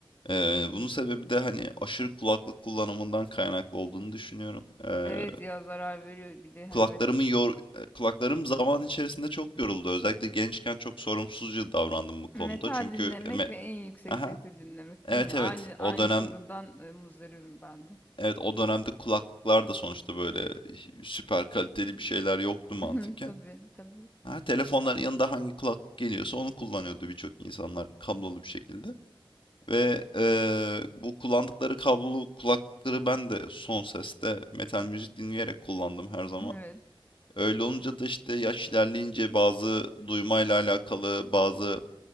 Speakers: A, on the left (about 75°); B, on the left (about 20°).
A: Eee, bunun sebebi de hani aşırı kulaklık kullanımından kaynaklı olduğunu düşünüyorum. Eee
B: Evet ya zarar veriyor bir de hani
A: kulaklarımı
B: met-
A: yor e, kulaklarım zaman içerisinde çok yoruldu. Özellikle gençken çok sorumsuzca davrandım bu konuda.
B: metal
A: Çünkü
B: dinlemek
A: e, me-
B: ve en yüksek
A: aha
B: sesli dinlemek
A: evet
B: değil mi?
A: evet
B: Aynı aynı
A: o dönem
B: sorundan e, muzdaribim ben de.
A: evet o dönemde kulaklıklar da sonuçta böyle süper kaliteli bir şeyler yoktu mantıken.
B: <laughs> Tabii, tabii.
A: Ha, telefonların yanında hangi kulaklık geliyorsa onu kullanıyordu birçok insanlar kablolu bir şekilde. Ve eee, bu kullandıkları kablolu kulaklıkları ben de son seste metal müzik dinleyerek kullandım her zaman.
B: Evet.
A: Öyle olunca da işte yaş ilerleyince bazı duymayla alakalı bazı